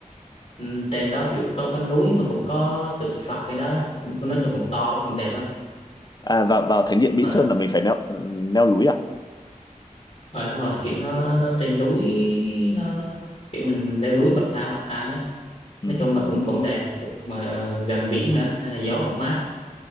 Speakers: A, on the left; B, on the left.
A: Ừm, trên đó kiểu có có núi mà cũng có tượng Phật cái đó cũng nói chung cũng to lắm cũng đẹp lắm
B: À vào vào thánh điện Mỹ
A: rồi
B: Sơn là mình phải leo leo núi à?
A: rồi đúng rồi kiểu nó nó trên núi nó, nó kiểu mình leo núi bậc thang bậc thang ấy
B: Ừ.
A: nói
B: ừ.
A: chung là cũng cũng đẹp cũng mà ờ, gần biển nữa nên là gió cũng mát